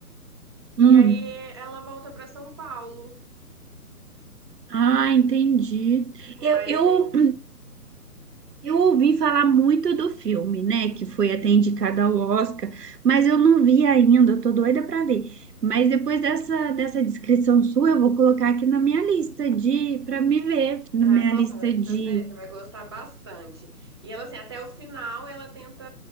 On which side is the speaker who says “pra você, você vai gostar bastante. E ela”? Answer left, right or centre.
Right